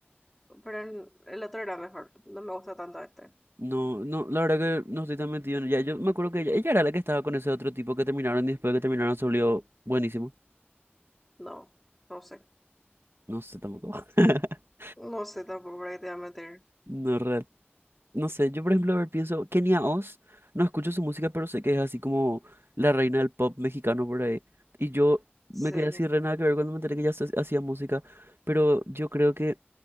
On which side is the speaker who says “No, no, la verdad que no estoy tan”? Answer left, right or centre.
Right